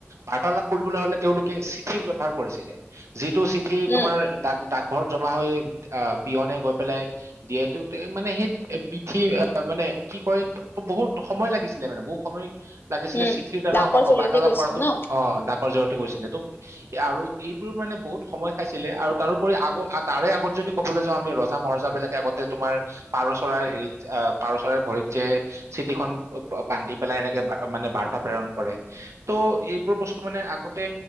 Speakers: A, on the right; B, on the left.
A: বাৰ্তালাপ কৰিবলৈ হ'লে তেওঁলোকে চিঠিৰ ব্যৱহাৰ কৰিছিলে যি টো চিঠি
B: উম
A: তোমাৰ ডাক-ডাক ঘৰত জমা হৈ আহ পিয়নে গৈ পেলাই দিয়েতো, মানে সেই পিঠি মানে কি কয় বহুত সময় লাগিছিলে মানে বহুত সময় লাগিছিলে
B: উম
A: চিঠিৰ দ্বাৰা
B: লাকৰ জৰিয়তে
A: বাৰ্তালাপ
B: গৈছিল
A: কৰাটো
B: ন
A: অঁ', ডাক গৈছিলেটো। আৰু এইবোৰ মানে বহুত সময় খাইছিলে আৰু তাৰোপৰি আগ তাৰে আগত যদি ক'বলৈ যাওঁ আমি ৰজা মহাৰজা বিলাকে আগতে তোমাৰ পাৰ চৰাই হেৰিত পাৰ চৰাইৰ ভৰিত যে চিঠিখন বান্ধি পেলাই এনে মানে বাৰ্তা প্ৰেৰণ কৰে। ত' এইবোৰ বস্তু মানে আগতে